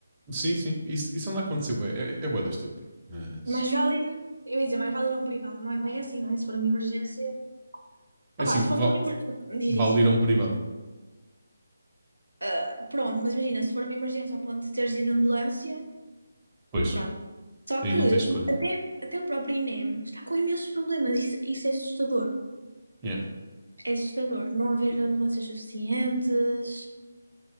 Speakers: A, on the right (about 20°); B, on the right (about 85°).
A: Sim, sim. Isso, isso anda a acontecer, é, é bué da estúpido. Mas,
B: Mas vale ir, eu ia dizer, mais vale ir a um privado, não é bem assim, não é? Se for uma emergência.
A: é
B: Opá,
A: assim,
B: se for
A: va-
B: uma emergência. Diz,
A: vale ir
B: diz.
A: a um privado.
B: Ah, pronto, mas imagina, se for uma emergência a ponto de teres ido de ambulância,
A: Pois,
B: pronto. Só
A: aí
B: que
A: não tens escolha.
B: até, até o próprio INEM está com imensos problemas, isso, isso é assustador.
A: É Yeah.
B: É assustador. Não haver
A: E-
B: ambulâncias suficientes,